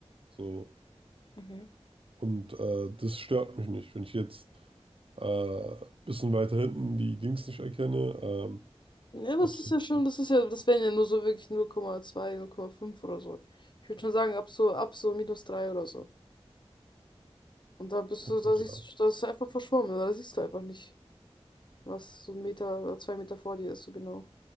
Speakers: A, on the right; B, on the left.
A: So.
B: Mhm.
A: Und äh, das stört mich nicht. Wenn ich jetzt ein äh, bisschen weiter hinten die Dings nicht erkenne, ähm,
B: Ja, aber
A: ob
B: es
A: es
B: ist
A: jetzt.
B: ja schon, das ist ja, das wären ja nur so wirklich null null Komma zwei null Komma fünf oder so. Ich würde schon sagen, ab so, ab so minus 3 oder so. Und da bist
A: Okay,
B: du, da siehst
A: ja.
B: du, das ist einfach verschwommen, da siehst du einfach nicht, was so ein Meter oder zwei Meter vor dir ist, so genau.